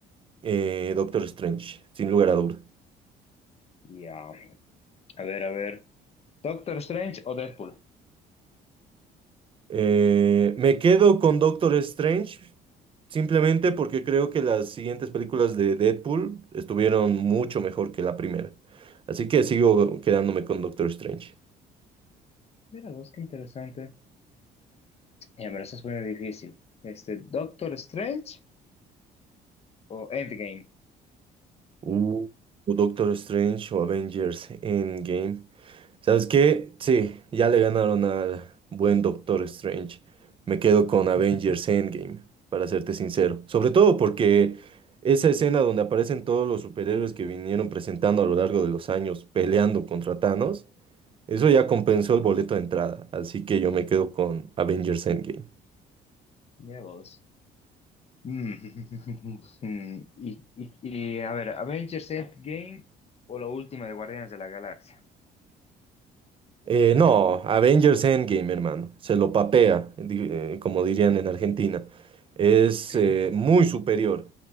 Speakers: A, on the right; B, on the left.
A: eh, Doctor Strange, sin lugar a duda.
B: Ya. A ver, a ver. Doctor Strange o Deadpool.
A: Eh, me quedo con Doctor Strange simplemente porque creo que las siguientes películas de Deadpool estuvieron mucho mejor que la primera. Así que sigo quedándome con Doctor Strange.
B: Mira vos, qué interesante. Ya me lo estás poniendo difícil. Este, Doctor Strange o Endgame.
A: Uh, o Doctor Strange o Avengers Endgame. ¿Sabes qué? Sí, ya le ganaron al buen Doctor Strange. Me quedo con
B: <laughs>
A: Avengers Endgame, para serte sincero. Sobre todo porque esa escena donde aparecen todos los superhéroes que vinieron presentando a lo largo de los años peleando contra Thanos, eso ya compensó el boleto de entrada. Así que yo me quedo con Avengers Endgame.
B: Mira vos. Mm, <laughs> mm, Y, y, y, a ver, Avengers Endgame o la última de Guardianes de la Galaxia.
A: Eh, no, Avengers Endgame, hermano. Se lo papea, di- eh, como dirían en Argentina. Es
B: <laughs>
A: eh, muy superior.